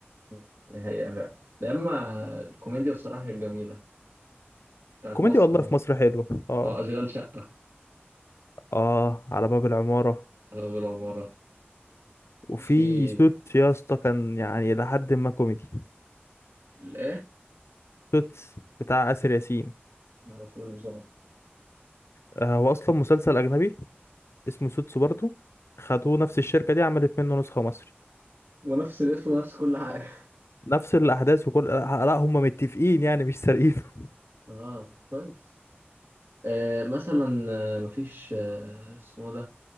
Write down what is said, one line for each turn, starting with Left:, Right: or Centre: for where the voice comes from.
Right: م، ده حقيقه فعلا ده اما الكوميديا بصراحه كانت جميله بتاعت
Left: كوميديا
Right: مصر
Left: والله
Right: اهو
Left: في مصر حلوة اه
Right: اه اشغال شقه
Left: اه على باب العمارة
Right: على باب العماره
Left: وفي
Right: في
Left: سوت يا اسطى كان يعني إلى حد ما كوميدي
Right: الايه
Left: سوتس بتاع آسر ياسين
Right: معرفوش بصراحه
Left: آه، هو أصلا مسلسل أجنبي اسمه سوتس برضه خدوه نفس الشركة دي عملت منه نسخة مصري
Right: ونفس الاسم ونفس كل حاجة
Left: نفس الأحداث وكل آه، لا هم متفقين يعني مش سارقينه <laughs>
Right: اه طب كويس آه مثلا آه مفيش آه اسمه ده